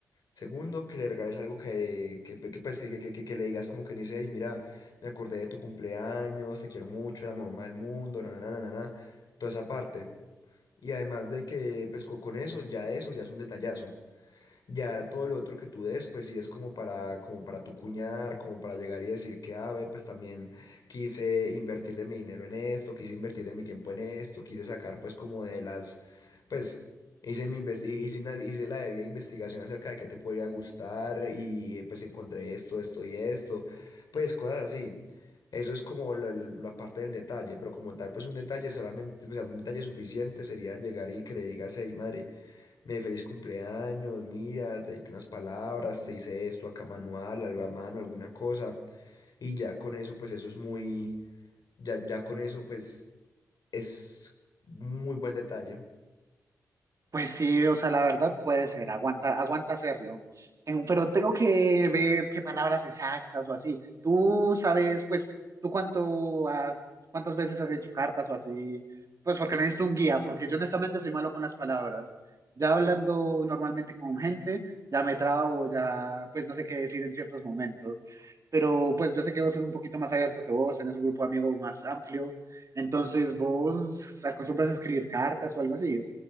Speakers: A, on the left (about 70°); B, on the right (about 50°).
A: Segundo, que le regales algo que, que, que, pues, que, que, que, que- que le digas como que dice, hey, mira, me acordé de tu cumpleaños, te quiero mucho, eres la mamá del mundo, na, na, na, na, na, na", toda esa parte. Y además de que, pues co- con eso, ya eso ya es un detallazo. Ya todo lo otro que tú des, pues sí es como para, como para tu cuñar, como para llegar y decir que, ah, ve, pues también quise invertir de mi dinero en esto, quise invertir de mi tiempo en esto, quise sacar pues como de las, pues hice mi investi- hice, una- hice la debida investigación acerca de qué te podría gustar y eh, pues encontré esto, esto y esto, pues cosas así. Eso es como lo- lo- la parte del detalle, pero como tal, pues un detalle solamente, o sea, un detalle suficiente sería llegar y que le digas, hey, madre. Me dice feliz cumpleaños, mira, te dediqué unas palabras, te hice esto acá manual, algo a mano, alguna cosa. Y ya con eso, pues eso es muy, ya, ya con eso, pues es muy buen detalle.
B: Pues sí, o sea, la verdad puede ser, aguanta, aguanta hacerlo. En- pero tengo que ver qué palabras exactas o así. Tú sabes, pues, tú cuánto has, cuántas veces has hecho cartas o así, pues porque necesito un guía, porque yo honestamente soy malo con las palabras. Ya hablando normalmente con gente, ya me trabo, ya, pues no sé qué decir en ciertos momentos. Pero pues yo sé que vos sos un poquito más abierto que vos, tenés un grupo de amigos más amplio, entonces vos acostumbras a escribir cartas o algo así